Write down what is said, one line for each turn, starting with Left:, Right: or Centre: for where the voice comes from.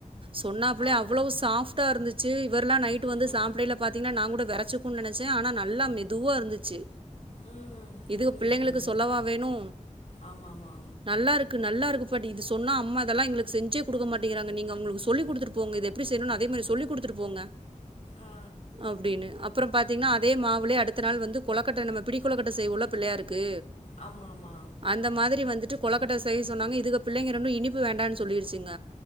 Right: சொன்னாப்புலே
Left: ஆ
Right: அவ்ளோவு சாஃப் ட்டா இருந்துச்சு இவரெல்லா நைட்டு வந்து
Left: ம்
Right: சாப்டையில பாத்தீங்கன்னா நா கூட வெறச்சுக்கும்னு நனச்சே ஆனா நல்லா மெதுவா இருந்துச்சு
Left: ம்
Right: இது
Left: புரியுது
Right: பிள்ளெங்களுக்கு
Left: புரியுது
Right: சொல்லவா வேணு
Left: ஆமா ஆமா
Right: நல்லாருக்கு நல்லாருக்கு பாட்டி இது சொன்னா அம்மா இதெல்லா எங்களுக்கு செஞ்சே குடுக்க மாட்டேங்கெறாங்க நீங்க அவ்ங்களுக்கு சொல்லி குடுத்துட்டு போங்க இது எப்பிடி செய்ணு அதே மாரி சொல்லி குடுத்துட்டு போங்க
Left: ஆ
Right: அப்டின்னு அப்பொறோ பாத்தீங்கன்னா அதே மாவுலே அடுத்த நாளு வந்து கொலக்கட்ட நம்ம பிடிக்கொலுக்கட்ட செய்வோல்ல பிள்ளையாருக்கு
Left: ஆமா ஆமா
Right: அந்த மாதிரி வந்துட்டு கொலக்கட்டை செய்ய சொன்னாங்க இதுக்கு பிள்ளைங்க ரெண்டு இனிப்பு வேண்டான்னு சொல்லிருச்சுங்க